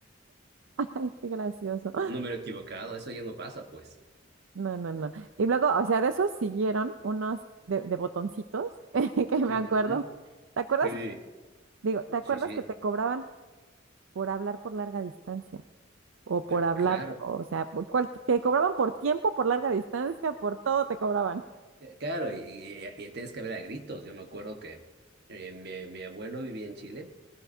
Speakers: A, on the right; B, on the right.
A: <laughs> Ay, qué gracioso.
B: Número equivocado, eso ya no pasa, pues.
A: No, no, no. Y luego, o sea, de esos siguieron unos de, de botoncitos <laughs> que me
B: Ujú.
A: acuerdo. ¿Te acuerdas?
B: Sí,
A: Digo, ¿te acuerdas
B: sí, sí.
A: que te cobraban por hablar por larga distancia? O
B: Pero
A: por hablar,
B: claro,
A: o sea, por cual- te cobraban por tiempo, por larga distancia, por todo te cobraban.
B: eh, claro, y, y- y tienes que ver a gritos. Yo me acuerdo que eh, mi, mi abuelo vivía en Chile